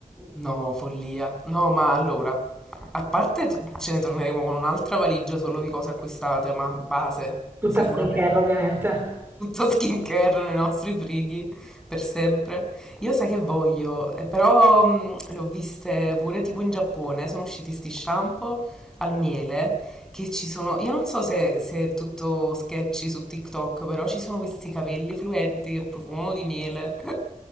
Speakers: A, in the centre; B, on the right.
A: No, follia. No, ma allora, a parte t- ce ne torneremo con un'altra valigia solo di cose acquistate, ma base,
B: Tutta
A: sicuramente.
B: skincare, ovviamente.
A: Tutto skincare nei nostri frighi per sempre. Io sai che voglio, eh, però mh, le ho viste pure tipo in Giappone, sono usciti sti shampoo al miele che ci sono. Io non so se, se è tutto sketchy su TikTok, però ci sono questi capelli fluenti che profumano di miele. <laughs>